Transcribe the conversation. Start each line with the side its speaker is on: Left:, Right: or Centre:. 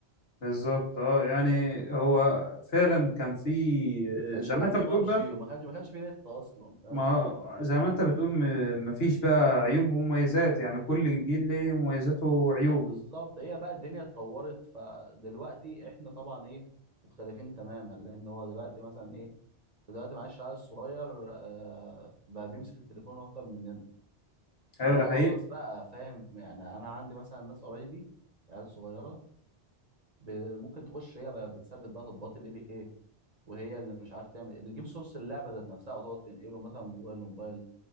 Left: بالظبط اه يعني هو فعلا كان في
Right: كانش
Left: زي
Right: بقى
Left: ما انت
Right: في
Left: بتقول
Right: بابجي
Left: بقى
Right: وما كانش ما كانش في نت اصلا فاهم
Left: ما زي ما انت بتقول م- مفيش بقى عيوب ومميزات يعني كل جيل ليه مميزاته وعيوبه
Right: بالظبط هي بقى الدنيا اتطورت فدلوقتي احنا طبعا ايه مختلفين تماما لان هو دلوقتي مثلا ايه دلوقتي معلش العيل الصغير آه بقى بيمسك التليفون اكتر مننا
Left: ايوه
Right: فبقى
Left: ده حقيقي
Right: خلاص بقى فاهم يعني انا عندي مثلا ناس قرايبي عيال صغيره ب- ممكن تخش هي بقى بتثبت بقى تطبيقات الاي بي كي وهي اللي مش عارف تعمل إيه، بتجيب سورس اللعبه ذات نفسها وتقعد تنقله مثلا من موبايل لموبايل